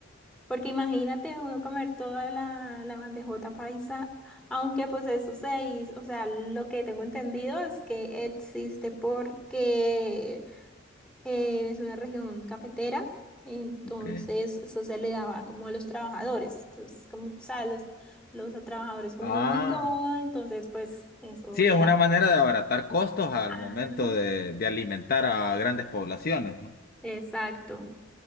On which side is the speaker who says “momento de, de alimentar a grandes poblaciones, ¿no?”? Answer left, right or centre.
Left